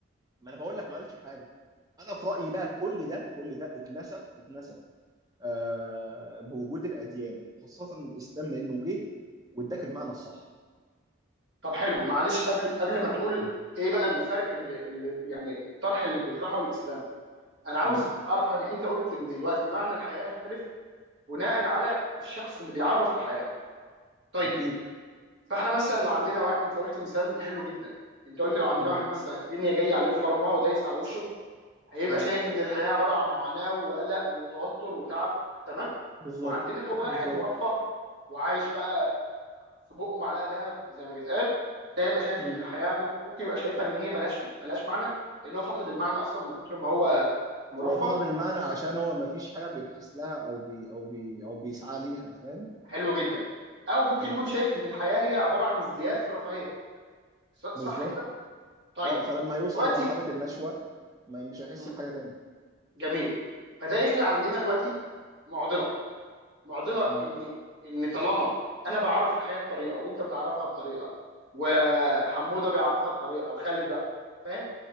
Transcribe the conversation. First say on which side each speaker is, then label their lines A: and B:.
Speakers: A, on the right; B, on the right.
A: ما انا بقول لك ما قالش حاجه انا في رايي بقى كل ده كل ده اتنسف اتنسف آه بوجود الاديان وخاصه الاسلام لانه جه واداك المعنى الصح
B: طب حلو معلش قبل قبل ما تقول
A: مم.
B: ايه بقى الفرق اللي, اللي يعني الطرح اللي بيطرحه الاسلام انا عاوز
A: مم.
B: اعرف حاجه انت قلت ان دلوقتي معنى الحياه يختلف بناء على الشخص اللي بيعرف الحياه طيب
A: اكيد
B: فاحنا مثلا لو عندنا واحد انت قلت مثال حلو جدا انت قلت لو عندنا
A: مم.
B: واحد مثلا الدنيا جايه عليه فرماه ودايس على وشه هيبقى
A: مم.
B: شايف ان الحياه عباره عن معاناه وقلق وتوتر وتعب تمام
A: بالظبط
B: وعندنا لو واحد
A: بالظبط
B: مرفه وعايش بقى في بقه معلقه ذهب زي ما بيتقال ده يبقى شايف
A: مم.
B: ان الحياه ممكن, ممكن يبقى شايفها ان هي ملهاش ملهاش معنى لان هو فقد المعنى اصلا من كتر ما هو مرفه
A: هو فقد المعنى عشان هو ما فيش حاجه بيبحث لها او بي او بي او بيسعى ليها فاهم
B: حلو جدا او ممكن
A: مم.
B: يكون شايف ان الحياه هي عباره عن ازدياد في الرفاهيه ص-
A: بالظبط
B: صح كده طيب
A: اه فلما هيوصل
B: دلوقتي
A: لمرحله النشوه ما مش هيحس
B: مم،
A: بحاجه تانية
B: جميل فده يخلق عندنا دلوقتي معضله معضله
A: مم.
B: ان ان طالما انا بعرف الحياه بطريقه وانت بتعرفها بطريقه وحموده بيعرفها بطريقه وخالد بيع- فاهم